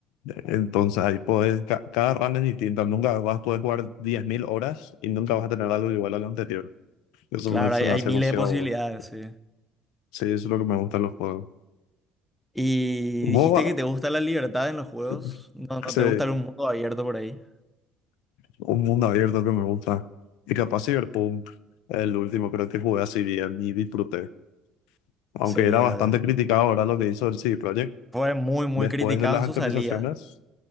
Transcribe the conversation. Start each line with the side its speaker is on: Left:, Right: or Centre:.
Left: entonces ahí puedes, ca- cada run es distinta, nunca vas a poder jugar 10.000 horas y nunca vas a tener algo igual al anterior. Eso
Centre: Claro,
Left: me, eso
Centre: hay,
Left: me
Centre: hay
Left: hace
Centre: miles
Left: emoción.
Centre: de posibilidades, sí.
Left: Sí, eso es lo que me gusta de los juegos.
Centre: Y
Left: MOBA,
Centre: dijiste que te gusta la libertad en los juegos.
Left: yo
Centre: No, no
Left: qué sé,
Centre: te gusta un mundo abierto por ahí.
Left: un mundo abierto que me gusta. Y capaz Cyberpunk, el último creo que jugué así bien y disfruté. Aunque
Centre: Sí,
Left: era
Centre: ya,
Left: bastante
Centre: ya.
Left: criticado ahora lo que hizo el CD Projekt.
Centre: Fue muy, muy
Left: Después
Centre: criticado
Left: de las
Centre: en
Left: actualizaciones,
Centre: su salida.